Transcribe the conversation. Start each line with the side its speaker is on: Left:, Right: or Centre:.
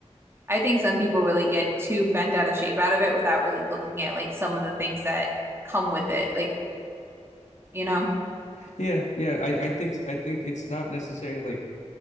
Right: I think some people really get too bent out of shape out of it without really looking at like some of the things that come with it. Like, you know,
Left: Yeah, yeah. I, I think I think it's not necessarily like